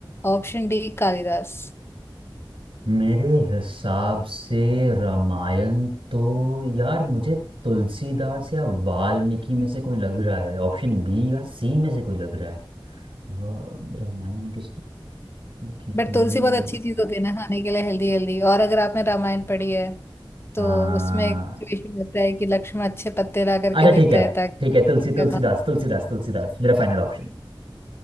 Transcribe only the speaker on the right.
मेरे हिसाब से रामायण तो यार मुझे तुलसीदास या वाल्मीकि में से कोई लग रहा है ऑप्शन बी या सी में से कोई लग रहा है वा- रामायण किस लिखी थी
हाँ
अच्छा ठीक
है
ठीक है तुलसी
तुलसीदास
तुलसीदास तुलसीदास मेरा फाइनल ऑप्शन